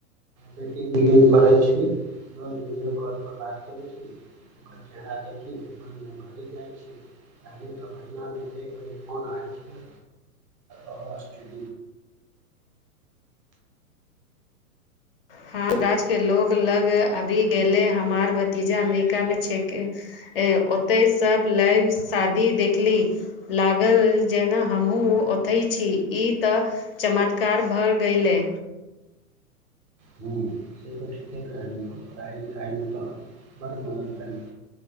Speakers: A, on the right (about 20°); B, on the left (about 40°).
A: बेटी दी पढ़ै छी रोज विडियो कॉल पर बात करै छी ओकर चेहरा देखी तन न घल जाइ छै पहिले तऽ महिना मे एक बेर फोन आएल छै ह स्थिर
B: ह राजछ के लोग लग अभी गेलले हमार भतीजा अमरीकामे छैके ओते सब लइ शादी देखली लागल जेना हमहुँ ओथै छी ई तऽ चमत्कार भऽ गेलै
A: हँ से तऽ ठीके कहलियौ पढ़ाइ लिखाइमे तऽ बड़ मदद भेल